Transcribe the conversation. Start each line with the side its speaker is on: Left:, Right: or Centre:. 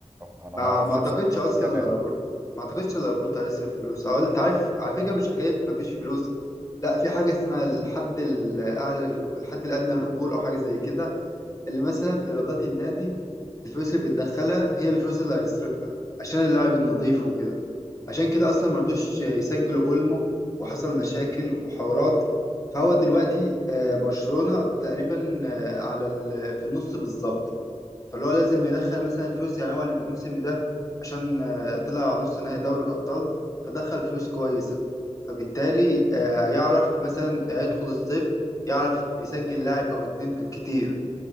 Right: انا
Left: ما
Right: ما اعرفش
Left: ما اعتقدش
Right: بصراحة مش
Left: اصلا
Right: متابع
Left: الرابورت ما اعتقدش الرابورت هيصرف فلوس او انت عارف على فكره مش حكايه ما فيش فلوس لا في حاجه اسمها الحد الاعلى الحد الادنى للاجور او حاجه زي كده اللي مثلا ايرادات النادي الفلوس اللي بتدخلها هي الفلوس اللي هيصرفها عشان اللاعب النظيف وكده عشان كده اصلا مرضوش يسجلوا اولمو وحصل مشاكل وحوارات فهو دلوقتي آه، برشلونه تقريبا آه، على ال- في النص بالظبط فاللي هو لازم يدخل مثلا فلوس يعني هو الموسم ده عشان آه، طلع نص نهائي دوري الأبطال فدخل فلوس كويسة فبالتالي آه، يعرف مثلا آه، يدخل الصيف يعرف يسجل لاعب أو اتنين بالكتير